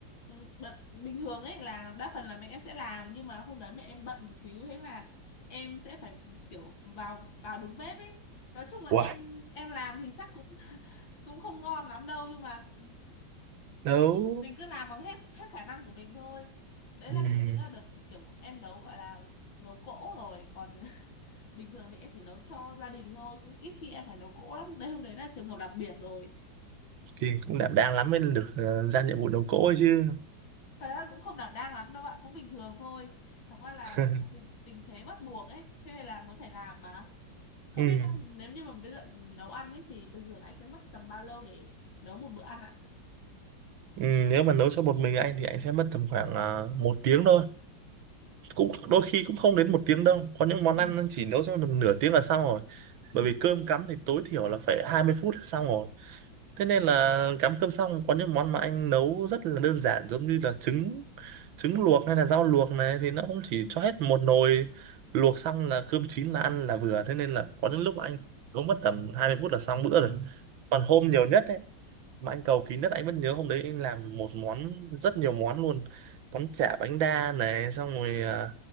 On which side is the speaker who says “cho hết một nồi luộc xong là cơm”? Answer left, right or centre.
Right